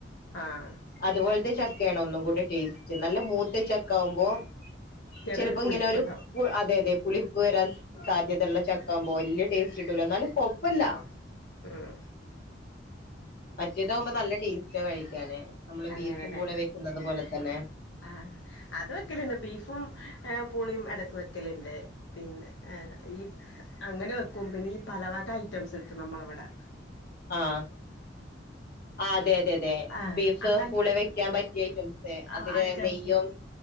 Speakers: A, on the left; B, on the left.
A: ആഹ്
B: അതുപോല്ത്തെ ചക്ക്യാണ് ഒന്നും കൂട ടേസ്റ്റ് നല്ല മൂത്ത ചക്കാവുമ്പൊ
A: ചെറിയൊരു
B: ചെലപ്പൊ
A: പുളിപ്പ്ണ്ടാവും
B: ഇങ്ങനൊരു പു അതെ അതെ പുളിപ്പ് വരാൻ സാ
A: ഉം
B: ചക്കാവുമ്പൊ വല്യ ടേസ്റ്റിട്ടൂല ഇന്നാലും കൊ പല്ല
A: കിട്ടൂല ഉം
B: മറ്റേതാവുമ്പൊ നല്ല ടേസ്റ്റ് മുറ്റ കഴിക്കാന് നമ്മള് ബീഫും
A: അങ്ങനെല്ലേ
B: പൂളിം കഴിക്കുന്നത് പോലെ തന്നെ
A: ആഹ് അത് വെക്കല്ണ്ട് ബീഫും ഏഹ് പുളിം എടക്ക് വെക്കലിണ്ട് പിന്നെ ആഹ് ഈ അങ്ങനെ വെക്കും പിന്നെ ഈ പലവക ഐറ്റംസ് കിട്ടും നമ്മളിവ്ടെ
B: ആഹ് ആതെ അതെ അതേ
A: ആഹ്
B: ബീഫ്
A: അങ്ങനത്തെ
B: പൂളെ വെക്കാൻ പറ്റ്യ അയ്റ്റംസ്
A: ആഹ്
B: അതില്
A: ഐറ്റംസ്
B: നെയ്യും